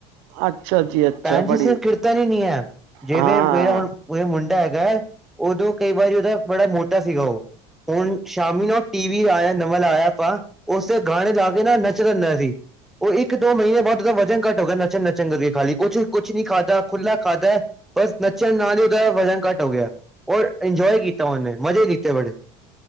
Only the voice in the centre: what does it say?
ਭੈਣ ਜੀ
ਸਿਰਫ ਕੀਰਤਨ ਹੀ ਨਹੀਂ ਹੈ। ਜਿਵੇਂ
ਮੈਂ ਹੁਣ। ਉਰੇ ਮੁੰਡਾ ਹੈਗਾ। ਉਦੋਂ ਕਈ ਵਾਰੀ ਉਹਦਾ ਬੜਾ ਮੋਟਾ ਸੀਗਾ ਉਹ। ਹੁਣ, ਸ਼ਾਮੀ ਨੂੰ ਉਹ ਟੀ ਵੀ ਆਇਆ ਨਵਾ ਆਇਆ ਆਪਾਂ, ਉਸਦੇ ਗਾਣੇ ਲਾ ਕੇ ਨਾ ਨੱਚ ਲੈਂਦਾ ਜੀ। ਉਹ ਇੱਕ- ਦੋ ਮਹੀਨੇ ਬਾਅਦ ਉਹਦਾ ਵਜਨ ਘੱਟ ਹੋ ਗਿਆ ਨੱਚਣ- ਨੱਚਣ ਕਰਕੇ ਖਾਲੀ ਕੁਛ- ਕੁਛ ਨੀ ਖਾਧਾ। ਖੁੱਲਾ ਖਾਧਾ ਹੈ। ਬਸ ਨੱਚਣ ਨਾਲ ਹੀ ਉਹਦਾ ਵਜ਼ਨ ਘੱਟ ਹੋ ਗਿਆ ਹੈ। ਔਰ ਇੰਜੋਏ ਕੀਤਾ। ਉਹਨੇ ਮਜ਼ੇ ਕੀਤੇ ਬੜੇ।